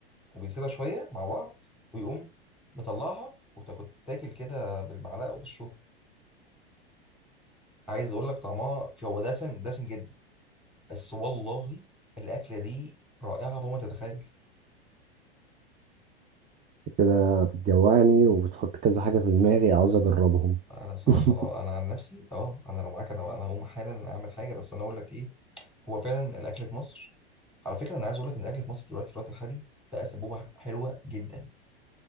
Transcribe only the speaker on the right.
كده بتجوعني وبتحط كذا حاجة في دماغي عاوز اجربهم
<laughs>